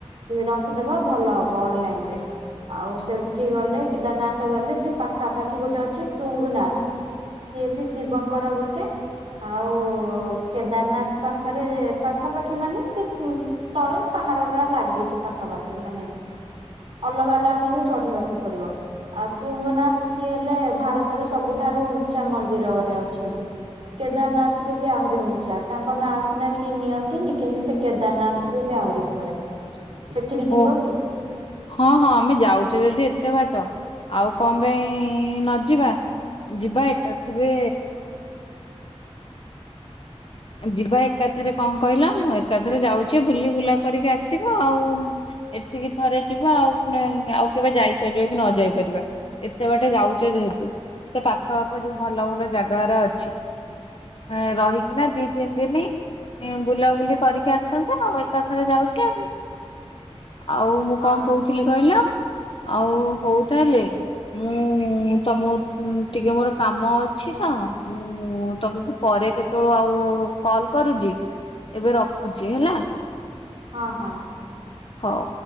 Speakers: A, on the right; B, on the left.
A: ରଖିଦବା ଭଲ ହବ ଅନଲାଇନ ରେ। ଆଉ ସେଠି ଗଲେ କେଦାରନାଥ ଗଲେ, ସେ ପାଖାପାଖି ଗୋଟେ ଅଛି ତୁଙ୍ଗୁନାଥ। ସିଏ ବି ଶିବଙ୍କର ଗୋଟେ ଆଉ କେଦାରନାଥ ପାଖରେ ପାଖାପାଖି ମାନେ ସେ ତଳେ ପାହାଡ ଟା ଲାଗିଚି ପାଖାପାଖି ମାନେ ଅଲଗା ଅଲଗା କିନ୍ତୁ ଚଢିବାକୁ ପଡିବ। ଆଉ ତୁଙ୍ଗନାଥ ସିଏ ହେଲେ ଭାରତର ସବୁଠାରୁ ଉଞ୍ଚା ମନ୍ଦିରରେ ଅଛନ୍ତି। କେଦାରନାଥ ରୁ ବି ଆହୁରି ଉଞ୍ଚା। ତାଙ୍କ ନାଁ ସିନା କେହି ନିଅନ୍ତିନି କିନ୍ତୁ ସେ କେଦାରନାଥ ଟୁ ବି ଆହୁରି ଉପରେ, ସେଠିକି ଯିବ
B: ଓ
A: କି?
B: ହଁ ହଁ ଆମେ ଯାଉଚେ ଯଦି ଏତେ ବାଟ ଆଉ କଣ ପାଇଁ ନ ଯିବା। ଯିବା ଏକାଥରେ ଯିବା ଏକାଥରେ କଣ କହିଲ ଏକାଥରେ ଯାଉଚି ବୁଲି ବୁଲା କରିକି ଆସିବା ଆଉ। ଏଠିକି ଥରେ ଯିବା ଆଉ ପୁଣି ଆଉ କେବେ ଯାଇପାରିବା କି ନ ଯାଇପାରିବା। ଏତେ ବାଟେ ଯାଉଚେ ଯେହେତୁ ସେ ପାଖ ଆଖ ଯୋଉ ଭଲ ଭଲ ଜାଗାରା ଅଛି ହଁ ରହି କି ନା ଦି ତିନି ଦିନ ବୁଲାବୁଲି କରିକି ଆସନ୍ତେ ଆଉ ଏକାଥରେ ଯାଉଚେ ଆଉ। ଆଉ ମୁଁ
A: ହଁ
B: କଣ କହୁଥିଲି କହିଲ ଆଉ ହଉ ତାହେଲେ ମୁଁ ତମକୁ ଟିକେ ମୋର କାମ ଅଛି ତ ମୁଁ ତମକୁ ପରେ କେତେ ତେଳୁ ଆଉ କଲ କରୁଜି ଏବେ ରଖୁଚି ହେଲା।
A: ହଁ ହଁ।
B: ହଉ।